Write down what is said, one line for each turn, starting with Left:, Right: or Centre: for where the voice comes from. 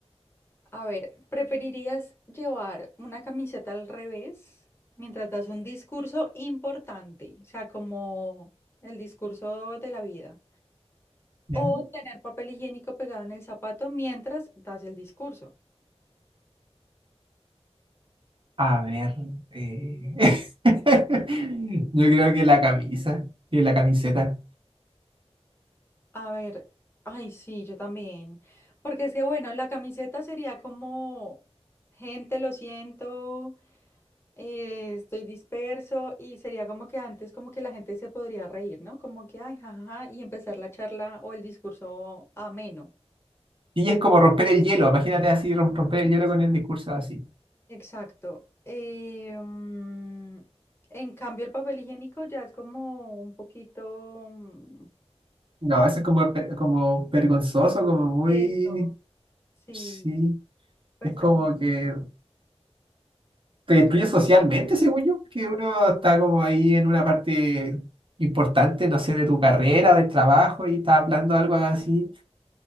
Left: A ver, ¿preferirías llevar una camiseta al revés mientras das un discurso importante? O sea, como el discurso de la vida.
Right: ya.
Left: O tener papel higiénico pegado en el zapato mientras das el discurso.
Right: A ver, eh, <laughs> yo creo que la camisa y la camiseta.
Left: A ver, ay, sí, yo también. Porque es que, bueno, la camiseta sería como, gente, lo siento, eh, estoy disperso y sería como que antes como que la gente se podría reír, ¿no? Como que, ay, jajaja, y empezar la charla o el discurso ameno.
Right: Y es como romper el hielo, imagínate así, rom- romper el hielo con el discurso así.
Left: Exacto. Eh, mm, en cambio, el papel higiénico ya es como un poquito... mm,
Right: No, eso es como, pe- como vergonzoso, como muy...
Left: Eso. Sí,
Right: Sí,
Left: pues
Right: es como
Left: también,
Right: que te destruye socialmente, según yo, que uno está como ahí en una parte importante, no sé, de tu carrera, del trabajo, y está hablando algo así.